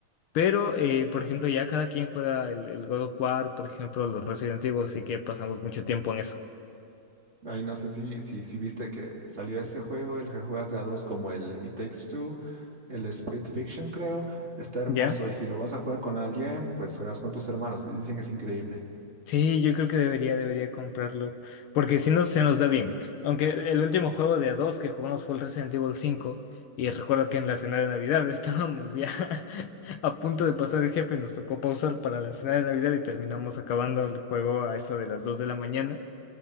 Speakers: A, on the left; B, on the right.
A: Pero, eh, por ejemplo, ya cada quien juega el, el God of War, por ejemplo, los Resident Evil, así que pasamos mucho tiempo en eso.
B: <laughs> Ahí no sé si, si, si viste que salió este juego, el que juegas de a dos como el It Takes Two, el Split Fiction creo, está hermoso
A: ¿Ya?
B: y si lo vas a jugar con alguien, pues juegas con tus hermanos. y Dicen que es increíble.
A: Sí, yo creo que debería, debería comprarlo. Porque si no, se nos da bien. Aunque el, el último juego de a dos que jugamos fue el Resident Evil 5. Y recuerdo que en la cena de Navidad <laughs> estábamos ya <laughs> a punto de pasar el jefe. Nos tocó pausar para la cena de Navidad y terminamos acabando el juego a eso de las 2 de la mañana.